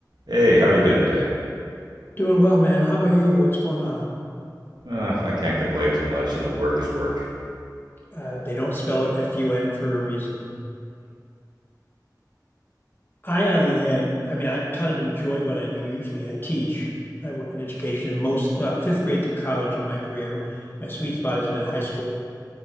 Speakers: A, on the right; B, on the left.
A: Hey, how are you doing today?
B: Doing well, man. How about you? What's going on?
A: Uh, I can't complain too much. You know, work is work.
B: Uh, they don't spell it F-U-N for a reason. I, on the other hand, I mean, I kind of enjoy what I do usually. I teach. I work in education, most uh, fifth grade through college in my career. My sweet spot has been high school.